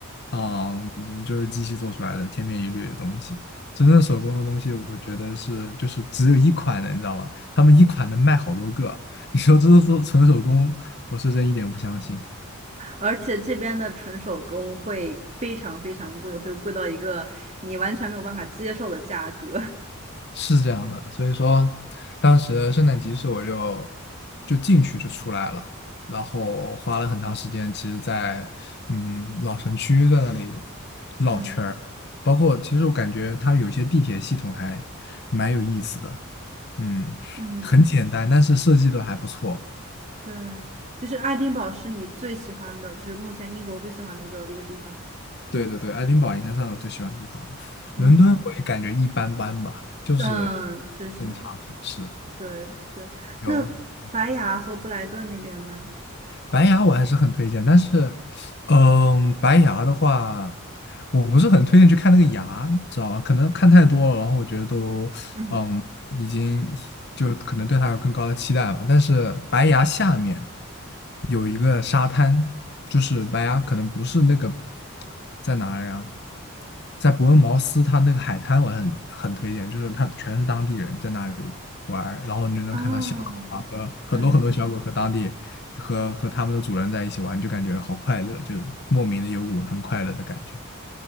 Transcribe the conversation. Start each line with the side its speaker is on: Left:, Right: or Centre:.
Left: 啊、嗯就是机器做出来的千篇一律的东西。真正手工的东西，我觉得是就是只有一款的，你知道吗？他们一款能卖好多个，你说这是说纯手工，我是真一点不相信。
Right: 而且这边的纯手工会非常非常贵，会贵到一个你完全没有办法接受的价格。<laughs>
Left: 是这样的，所以说当时圣诞集市我就就进去就出来了，然后花了很长时间，其实在嗯老城区在那里绕圈儿，
Right: 嗯
Left: 包括其实我感觉它有些地铁系统还蛮有意思的，嗯，
Right: 嗯，
Left: 很简单，但是设计的还不错。
Right: 对，就是爱丁堡是你最喜欢的，就是目前英国最喜欢的一个一个地方。
Left: 对对对，爱丁堡应该是我最喜欢的地方，
Right: 嗯
Left: 伦敦我也感觉一般般吧，就是
Right: 嗯，确实，
Left: 偏差城市，
Right: 对对。
Left: 有
Right: 那白崖和布莱顿那边呢？
Left: 白牙我还是很推荐，但是，嗯，白牙的话，我不是很推荐去看那个牙，知道吧？可能看太多了，然后我觉得都，
Right: 嗯
Left: 嗯，已经就可能对它有更高的期待嘛。但是白牙下面有一个沙滩，就是白牙可能不是那个在哪里啊？在伯恩茅斯，它那个海滩我很很推荐，就是它全是当地人在那里玩儿然后你就能看到小狗啊和很多很多小狗和当地和和他们的主人在一起玩，
Right: 啊，对。
Left: 就感觉好快乐，就莫名的有股很快乐的感觉。